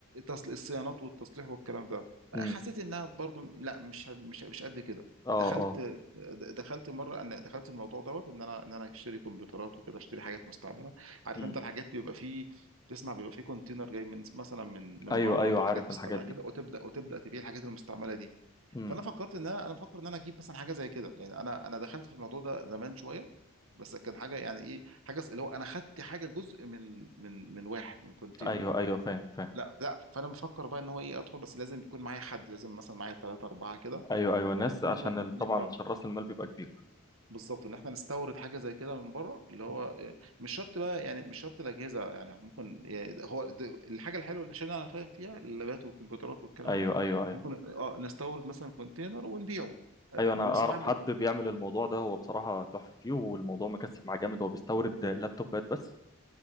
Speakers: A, on the right; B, on the left.
A: تصل الصيانات والتصليح والكلام ده
B: امم
A: حسيت انها برضو لا مش هد- مش مش قد كده
B: اه
A: دخلت
B: اه
A: د- دخلت مره انا دخلت الموضوع دوت ان انا ان انا اشتري كمبيوترات وكده اشتري حاجات مستعمله عارف
B: امم
A: انت الحاجات بيبقى فيه تسمع بيبقى فيه كونتينر جاي من مثلا من من
B: ايوه
A: بره
B: ايوه
A: بحاجات
B: عارف
A: مستعمله
B: الحاجات دي
A: كده وتبدا وتبدا تبيع الحاجات المستعمله دي
B: مم.
A: فانا فكرت ان انا انا بفكر ان انا اجيب مثلا حاجه زي كده يعني انا انا دخلت في الموضوع ده زمان شويه بس كان حاجه يعني ايه حاجه س- اللي هو انا خدت حاجه جزء من من من واحد من كونتينر
B: ايوه ايوه فاهم فاهم
A: لا لا فانا مفكر بقى ان هو ايه ادخل بس لازم يكون معايا حد لازم مثلا معايا ثلاثه اربعه كده
B: ايوه ايوه الناس عشان
A: ندخل
B: ال- طبعا
A: اه
B: عشان راس المال بيبقى كبير
A: بالظبط ان احنا نستورد حاجه زي كده من بره اللي هو
B: مم.
A: آه، مش شرط بقى يعني مش شرط الاجهزه يعني ممكن يعني هو د- الحاجه الحلوه اللي عشان انا فاهم فيها اللابات والكمبيوترات والكلام
B: ايوه
A: ده
B: ايوه ايوه
A: ممكن اه نستورد مثلا كونتينر ونبيعه آه،
B: ايوه
A: بصراحه
B: انا اعرف حد بيعمل الموضوع ده هو بصراحه تحفه فيه والموضوع مكسب معاه جامد هو بيستورد لابتوبات بس